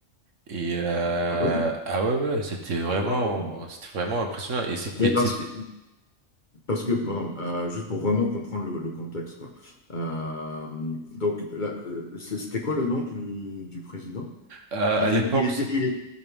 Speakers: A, on the right; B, on the left.
A: Et euh,
B: Ah oui.
A: ah ouais ouais, c'était vraiment
B: Waouh.
A: c'était vraiment impressionnant et c'était
B: Mais parce
A: c'était
B: que, parce que pardon, euh, juste pour vraiment comprendre le, le contexte, quoi. Euh, donc, la- euh, c'est- c'était quoi le nom du, du président?
A: à
B: Il,
A: à
B: il-
A: l'époque
B: il était,
A: c'est
B: il, est-